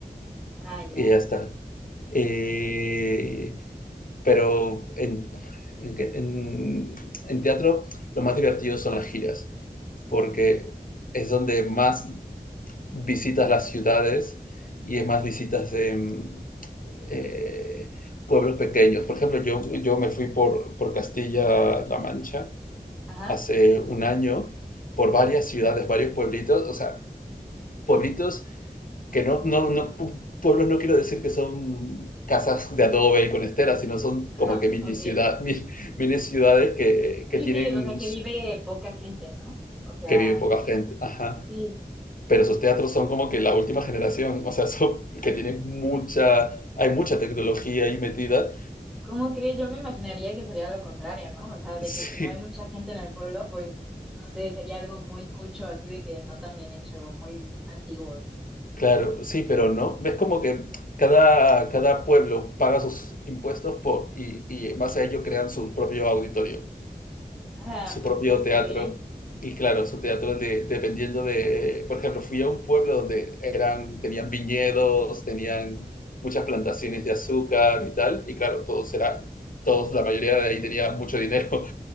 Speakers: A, in the centre; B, on the left.
A: Ah, ya.
B: Y ya está. Eh, pero en, en, que- en- en teatro lo más divertido son las giras, porque es donde más visitas las ciudades y es más visitas de mm, eh, pueblos pequeños. Por ejemplo, yo, yo me fui por, por Castilla-La Mancha
A: Ajá.
B: hace un año, por varias ciudades, varios pueblitos, o sea, pueblitos que no, no, no, pueblos no quiero decir que son casas de adobe y con esteras, sino son
A: <laughs>
B: como que mini,
A: Ajá, ok.
B: ciudad, mini, mini ciudades que,
A: Sí,
B: que tienen,
A: sí, o sea que vive poca gente, ¿no? O sea,
B: que vive poca gente. Ajá.
A: sí.
B: pero esos teatros son como que la última generación, o sea, <laughs> son que tienen mucha, hay mucha tecnología ahí metida.
A: ¿Cómo crees? Yo me imaginaría que sería lo contrario, ¿no? O sea, de
B: Sí,
A: que si no hay mucha gente en el pueblo, pues, no sé, sería algo muy cucho, así de que no tan bien hecho, muy antiguos. No
B: claro,
A: sé.
B: sí, pero no. Ves como que cada, cada pueblo paga sus impuestos por, y, y en base a ello crean su propio auditorio,
A: Ah,
B: su
A: pues
B: propio
A: está súper
B: teatro.
A: bien.
B: Y claro, su teatro de- dependiendo de, eh, por ejemplo, fui a un pueblo donde eran, tenían viñedos, tenían muchas plantaciones de azúcar y tal, y claro, todos era, todos, la mayoría de ahí tenía mucho dinero